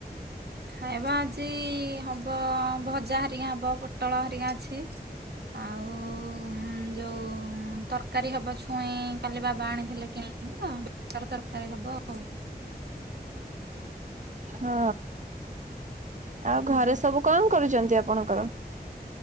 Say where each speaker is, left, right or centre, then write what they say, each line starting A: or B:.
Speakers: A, on the right; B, on the right.
A: ଖାଇବା ଆଜି ହବ ଭଜା ହେରିକା ହବ, ପୋଟଳ ହେ ରିକା ଅଛି। ଆଉ ଯୋଉ ତର୍ ତରକାରୀ ହବ ଛୁଇଁ କାଲି ବାବା ଆଣିଥିଲେ କିଣିକି ତ, ତାକୁ ତରକାରୀ ହବ ଆଉ <unintelligible>
B: ହଁ ଆଉ ଘରେ
A: ଆଜ୍ଞା
B: ସବୁ କଣ କରୁଛନ୍ତି? ଆପଣଙ୍କର?